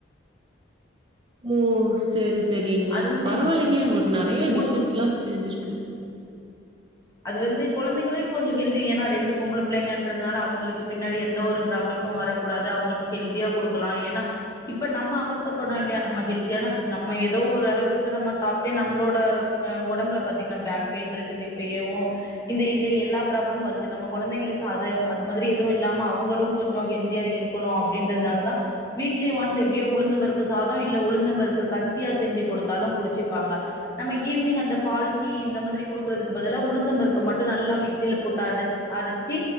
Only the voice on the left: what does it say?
அது மாதிரி
உ
அது வந்து கொழந்தைங்களே கொஞ்ச ஹெல்தி ஏன்னா ரெண்டு பொம்பள பிள்ளைங்கன்றதுனால அவங்களுக்கு பின்னாடி எந்த ஒரு ப்ராப்ளமு வரக்கூடாது அவங்களுக்கு ஹெல்தியா குடுக்கலா ஏன்னா இப்ப நம்ம அவஸ்தப்படுறோ இல்லையா நம்ம ஹெல்தியானா நம்ம ஏதோ ஒரு அளவுக்கு நம்ம சாப்ட்டே நம்மளோட அஹ் ஒடம்புல பாத்திங்கன்னா பேக் பெயின் இருக்குது செய்யவு இந்த ஏஜ்ல எல்லா ப்ராப்ளமு வருது நம்ம கொழந்தைங்களுக்கு அது அது மாதிரி எதுவும் இல்லாம அவங்களும் கொஞ்சம் ஹெல்தியா இருக்கணு அப்டின்றதுனாலதான வீக்லி ஒன்ஸ் எப்டியோ உளுந்தம்பருப்பு சாதோ இல்ல உளுந்தம் பருப்பு கஞ்சியா செஞ்சு குடுத்தாலு குடிச்சிப்பாங்க நம்ம ஈவினிங் அந்த பால் டீ இந்த மாதிரி குடுக்கறதுக் க்கு பதிலா உளுந்தம்பருப்ப மட்டு நல்லா மிக்சியில போட்டு அரைச் அரைச்சி